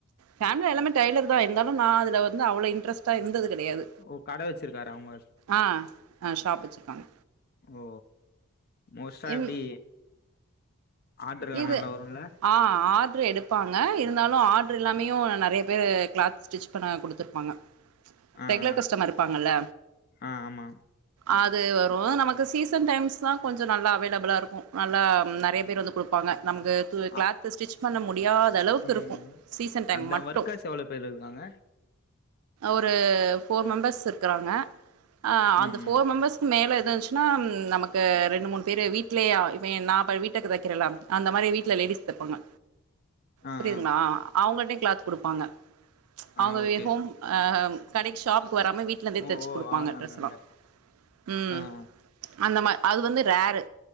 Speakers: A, on the right (about 80°); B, on the left (about 45°).
A: ஃபேமிலில எல்லாமே டைலர் தா நா அது வந்து அவ்ள இன்டரெஸ்ட இருந்த கெடையாது
B: ஓ கடை வச்சிருக்காரு அவங்க
A: ஆ ஆ ஷாப் வச்சுக்காங்க
B: ஓ மோஸ்டா
A: இன்
B: எப்டி ஆடர்லா
A: இது
B: நல்ல வருல
A: ஆ ஆர்ட்ரு எடுப்பாங்க இருந்தாலு ஆர்ட்ரு இல்லாமயும் நறைய பேரு கிளாத் ஸ்டிச் பண்ண குடுத்துருப்பாங்க
B: ஆ
A: ரெகுலர்
B: ஆ
A: கஸ்டமர் இருப்பாங்கல்ல
B: ஆ ஆமா
A: அது வரு நமக்கு சீசன் டைம்ஸ்தா கொஞ்ச நல்லாவே டபுளா இருக்கு நல்லா நெறைய பேர் வந்து குடுப்பாங்க நமக்கு கிளாத்
B: அ
A: ஸ்டிச் பண்ண முடியாத அளவுக்கு
B: ம்
A: இருக்கு சீசன் டைம்
B: அதா
A: மட்டு
B: ஒர்க்கர்ஸ் எவ்ளோ பேர் இருக்காங்க
A: ஒரு போர் மெம்பர்ஸ் இருக்கிறாங்க அ அந்த
B: ம்
A: போர்
B: ம்
A: மெம்பர்ஸ் மேலே எதுந்ச்சுன்னா நமக்கு ரெண்டு மூணு பேர் வீட்லேயே இப்ப நா இப்ப வீட்டக்கு தைக்கிறலா அந்த மாரி வீட்டல லேடிஸ் தைப்பாங்க
B: ஆ
A: புரியுதுங்ளா
B: ஆ
A: அவங்கட்டயு கிளாத் குடுப்பாங்க அவங்க
B: ஆ ஓகே
A: வே ஹோம் அ அம் கடைக்கு ஷாப்புக்கு வராம வீட் லே
B: ஓ
A: தச்சி
B: ஓ
A: குடுப்பாங்க
B: ஆள் அங்கங்க
A: டிரெஸீலா உம்
B: ஆ ஆ
A: அந்த மாற் அது வந்து ரேரு